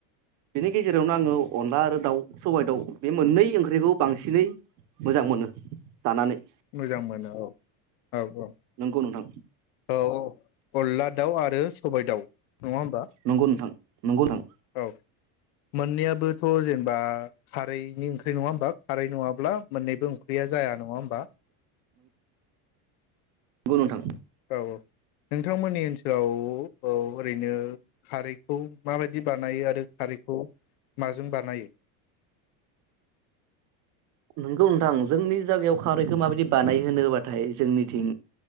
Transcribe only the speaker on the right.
बिनि गेजेरावनो आङो अनला आरो दाउ सबाइ दाउ बे मोननै ओंख्रिखौ बांसिनै मोजां मोनो जानानै
नंगौ नोंथां
नंगौ नोंथां नंगौ नोंथां
नंगौ नोंथां।
नोंगौ नोंथां जोंनि जायगायाव खारैखौ माबायदि बानाय होनोबाथाय जोंनिथिं